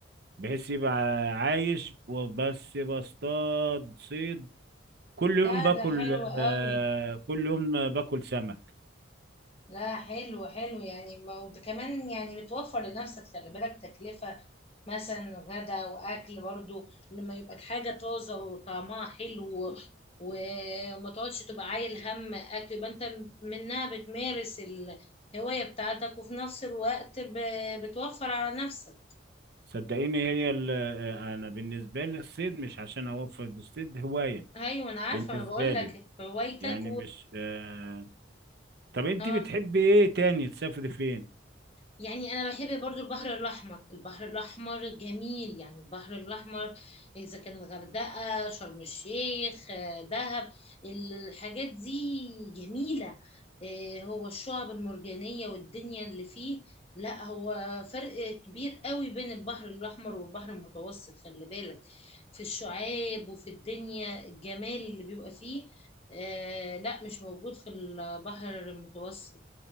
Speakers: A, on the right; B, on the left.
A: بحيث يبقى عايش وبس بصطاد صيد كل يوم
B: لا
A: باكل
B: ده حلو قوي
A: آه كل يوم باكل سمك
B: لا حلو حلو يعني ما- وده كمان يعني بتوفر لنفسك خلي بالك تكلفة مثلا غدا واكل برضو لما يبقى حاجة طازة وطعمها حلو وما تقعدش تبقى عايل هم اكل يبقى انت منها بتمارس الهواية بتاعتك وفي نفس الوقت ب- بتوفر على نفسك
A: صدقيني هي ال- آه، انا بالنسبه لي الصيد مش عشان اوفر بالصيد هوايه
B: ايوه انا عارفه
A: بالنسبه
B: ما بقول
A: لي
B: لك هوايتك
A: يعني مش آه طب انت
B: اه
A: بتحبي ايه تاني تسافري فين
B: يعني انا بحب برضو البحر الاحمر البحر الاحمر جميل يعني البحر الاحمر اذا كان الغردقه شرم الشيخ آه، دهب الحاجات دي جميله آه، هو الشعب المرجانيه والدنيا اللي فيه لا هو فرق كبير قوي بين البحر الاحمر والبحر المتوسط خلي بالك في الشعاب وفي الدنيا الجمال اللي بيبقى فيه آه لا مش موجود في البحر المتوسط